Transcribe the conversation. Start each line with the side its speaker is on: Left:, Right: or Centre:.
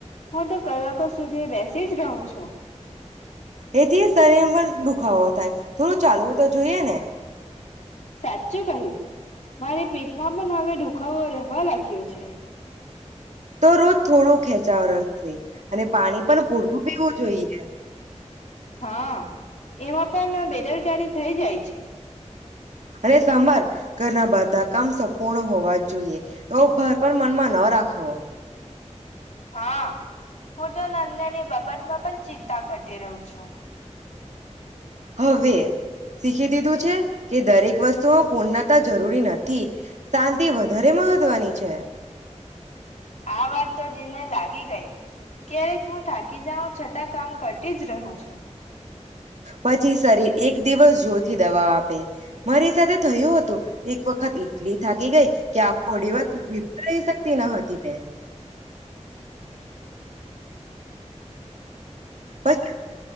Left: હું તો કલાકો સુધી બેસ સીજ રવું છું.
Right: એથી શરીર પણ દુખાવો થાય થોડું ચાલવું તો જોઈએ ને.
Left: સાચું કહ્યું મારી પીઠમાં પણ હવે દુ દુખાવો રહેવા લાગ્યો છે.
Right: તો રોજ થોડું ખેંચાવ રે અને પાણી પણ પૂરતું પીવું જોઈએ.
Left: હા, એમાં પન બેદરકારી થઇ જાય છે.
Right: અને સાંભર ઘરના બધા કામ સંપૂર્ણ હોવા જોઈએ તેવો ભાર પણ મનમાં ન રાખવો.
Left: હા, હું તો નાન નાની બાબતમાં પણ ચિંતા કરટી રઉ છું.
Right: હવે શીખી દીધું છે કે દરેક વસ્તુઓ પૂર્ણતા જરૂરી નથી, શાંતિ વધારે મહત્વની છે.
Left: આ વાત તો દિલને લાગી ગઈ. ક્યારેક હું થાકી જાઉં છટા કામ કરટી જ રહું છું.
Right: પછી શરીર એક દિવસ થીદવા આપે, મારી સાથે થયું હતું, એક વખત એટલી થાકી ગેઈ કે આખો ડિવસ ઉભી પણ રહી શકતી ન હતી મેં. પછી